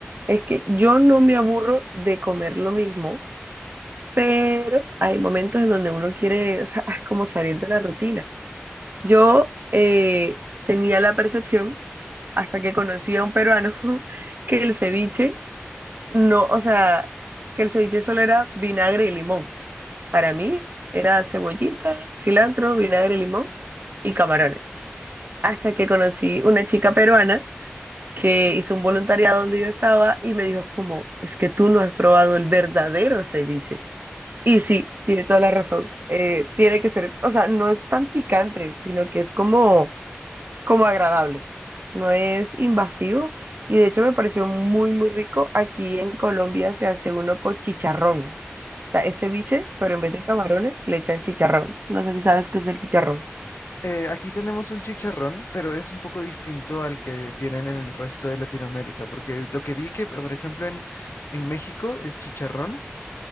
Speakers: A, on the right (about 50°); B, on the left (about 70°).
A: es que yo no me aburro de comer lo mismo, pero hay momentos en donde uno quiere, o sea, <laughs> como salir de la rutina. Yo eh, tenía la percepción, hasta que conocí a un peruano, <laughs> que el ceviche no, o sea, que el ceviche solo era vinagre y limón. Para mí era cebollita, cilantro, vinagre, limón y camarones. Hasta que conocí una chica peruana que hizo un voluntariado donde yo estaba y me dijo como, es que tú no has probado el verdadero ceviche. Y sí, tiene toda la razón. Eh, tiene que ser, o sea, no es tan picante, sino que es como, como agradable. No es invasivo y de hecho me pareció muy, muy rico. Aquí en Colombia se hace uno con chicharrón. O sea, es ceviche, pero en vez de camarones le echan chicharrón. No sé si sabes qué es el chicharrón.
B: Eh, aquí tenemos un chicharrón, pero es un poco distinto al que tienen en el resto de Latinoamérica, porque lo que vi que, por ejemplo, en, en México, el chicharrón